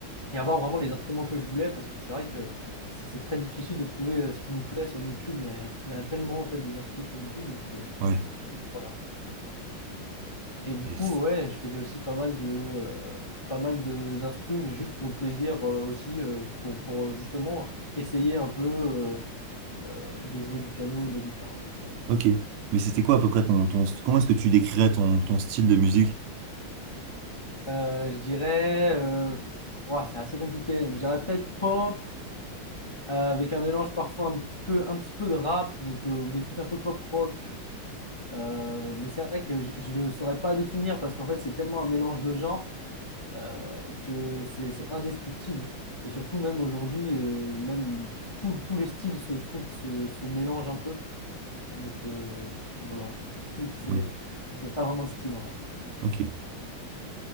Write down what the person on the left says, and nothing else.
et avoir vraiment les instruments que je voulais, parce que c'est vrai que c'est c'est très difficile de trouver euh, ce qui nous plaît sur YouTube. Il y, a- il y en a tellement, en fait, des instrus sur YouTube, donc, euh,
donc voilà. Et du
coup,
ouais, je faisais aussi pas mal de, euh, pas mal de d'instru, mais juste pour le plaisir euh, aussi, euh, pour, pour euh, justement essayer un peu euh, euh, de jouer du piano ou de la guitare. Donc, euh, voilà.
Euh, je dirais, euh, pff, ouah, c'est assez compliqué. Je dirais peut-être pop, euh, avec un mélange parfois un petit peu, un petit peu de rap, donc, euh, ou des trucs un peu pop rock. Euh, mais c'est vrai que je ne saurais pas définir parce qu'en fait, c'est tellement un mélange de genres euh, que c'est c'est indescriptible. Et surtout, même aujourd'hui, euh, même tous tous les styles, se- je trouve, que se, se mélangent un peu. Donc euh, voilà, <laughs> c'est
c'est pas vraiment de style en vrai.